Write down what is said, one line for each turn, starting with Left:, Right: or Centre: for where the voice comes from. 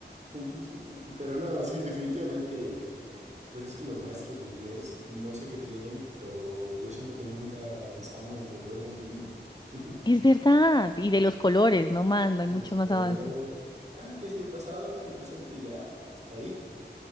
Right: concurso. Pero no, sí, definitivamente, pues es que los maestros de inglés, no sé qué tienen, pero yo siento que nunca avanzamos del verbo to be. <laughs>
Left: Es verdad, y de los colores, no más, no
Right: los
Left: hay mucho
Right: colores.
Left: más avance.
Right: Ay, que si en pasado, que si en presente, ya, hasta ahí.